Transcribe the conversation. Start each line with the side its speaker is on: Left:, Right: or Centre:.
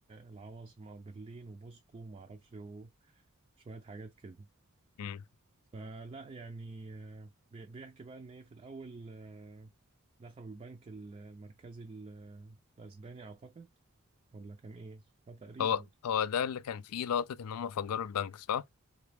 Right: العواصم أو برلين وموسكو وما أعرفش وشوية حاجات كده
Left: امم
Right: فلا يعني آه، بي- بيحكي بقى إن إيه في الأول آه، دخلوا البنك ال- المركزي ال- الأسباني أعتقد ولا كان إيه؟ آه تقريبا
Left: هو هو ده اللي كان فيه لقطة ان هم فجروا البنك صح؟